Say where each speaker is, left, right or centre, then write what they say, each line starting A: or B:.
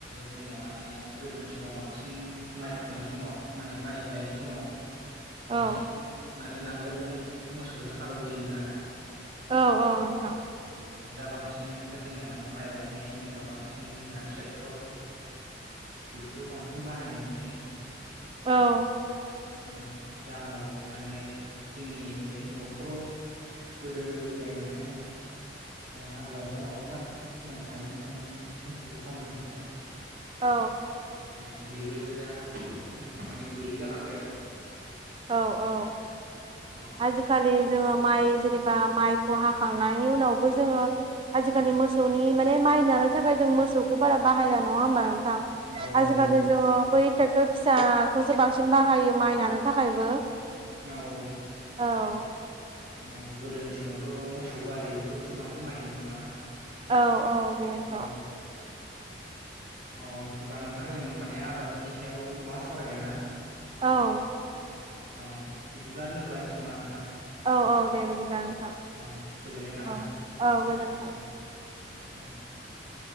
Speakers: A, on the right; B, on the right.
A: जोंनिया माने गोदोनि समाव बांसिन माइ फोनाय समाव माने माइ गायनाय समाव बांसिन
B: औ
A: माने नांगोलजों मोसौजों हालौबोयोमोन आरो
B: औ औ नोंथां
A: दा बांसिन ओमफ्राय जोंनो माने माइ गायनाय होनोबा बांसिन जोंना ट्रेक्टर बेफोरखौ बांसिन बाहायनाय नुसै
B: औ
A: उम जाहोनाव माने जोंनि बे न'खराव गोदो गोदाय माने हालुवा एबा लावखार जोंहा थायोमोन ना माने मोसौ हालौवनो थाखाय
B: औ
A: उम बेबो जा माने गैयि जालांबाय आरो
B: औ औ
A: औ
B: आजिखालि जोंङो माइ जेनेब बा माइखौ हाखांनायनि उनावबो जोंङो आजिखालि मोसौनि माने माइ नानो थाखाय जों मोसौखौ बारा बाहायना नंङा होमबा नो थां
A: औ
B: आजखालि
A: नंगौ
B: जोंङो बै ट्रेक्टर फिसाखौसो बांसिन बाहायो माइ नानो थाखायबो
A: औ औ
B: औ
A: औ गोदोनि समावथ' मोसौ गारि बेफोरखौसो बांसिन बाहायोमोन नङाना
B: औ औ बेनोथ'
A: औ अ होमबा नोंथां जों माने आबादनि सायाव गोबां सावरायबायना
B: औ
A: अ बिदिब्ला दोनथ लायनोसै खोमा नोंथां
B: औ औ दे बिदिब्ला नोंथां
A: <unintelligible> अ गोजोननाय थाबाय
B: औ
A: नोंथां
B: औ गोजोन्थों
A: <inaudible>